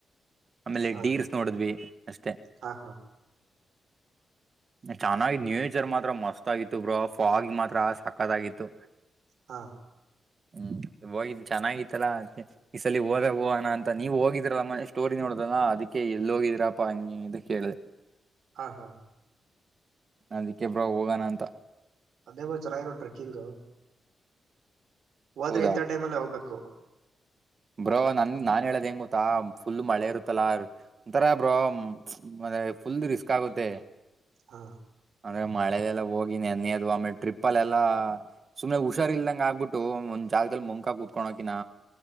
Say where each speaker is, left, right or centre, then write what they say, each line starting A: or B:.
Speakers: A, on the right; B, on the right.
A: ಆಮೇಲೆ
B: ಹಾ
A: ಡೀರ್ಸ್ ನೋಡಿದ್ವಿ ಅಷ್ಟೆ
B: ಹಾ ಹಾ
A: ಚೆನ್ನಾಗಿ ನ್ಯೇಚರ್ ಮಾತ್ರ ಮಸ್ತ್ ಆಗಿತ್ತು ಬ್ರ ಫಾಗ ಮಾತ್ರ ಸಕತ್ಗಿತ್ತು
B: ಹಾ
A: ಹ್ಮ್ ಹೋಗ ಚೆನ್ನಾಗಿತ್ತಲ್ಲಾ ಅದಕೆ ಈ ಸಲಿ ಹೋದ ಹೋಣ ಅಂತ ನೀವ್ ಹೋಗಿದಿರಲ್ಲ ಮನೆ ಸ್ಟೋರಿ ನೋಡುದಲ್ಲ ಅದಕ್ಕೆ ಎಲ್ಲಿ ಹೋಗಿದೀರಾಪ್ಪಾ ಹಂಗಗೆ ಇದಕ್ಕೆೇಳ ಹೇಳ್ದಿದೆ
B: ಹಾ ಹಾ
A: ಅದಕ್ಕೆ ಬ್ರೋ ಹೋಗೋಣ ಅಂತ
B: ಅದೇಬ ಚಲಾಯಲ್ಲ ಟ್ರೆಕ್ಕಿಂಗ್ ಹೋದ್ರೆ
A: ಹೌದಾ
B: ಇಂಥ ಟೈಮ್ಲ್ಲಿ ಹೋಗ್ಬೇಕು
A: ಬ್ರೋ ನನ್ ನಾನ್ ಹೇಳದ ಹೆಂಗ ಗೊತ್ತಾ ಫುಲ್ ಮಳೆ ಇರುತ್ತಲ್ಲ ಒಂಥರ ಬ್ರೋ ಮ ಫುಲ್ ರಿಸ್ಕ್ ಆಗುತ್ತೆ
B: ಹಾ
A: ಅಂದ್ರೆ ಮಳೆಲೆಲ್ಲಾ ಹೋಗಿ ನೆನೆ ಅದು ಆಮೇಲೆ ಟ್ರಿಪ್ಲ್ ಎಲ್ಲಾ ಸುಮ್ನೆ ಹುಷಾರ್ ಇಲ್ದಂಗ ಆಗ್ಬಿಟ್ಟು ಒಂದ್ ಜಾಗದಲ್ಲಿ ಮುಂಕ ಕುೂತ್ಕೊಂಡಕಿನ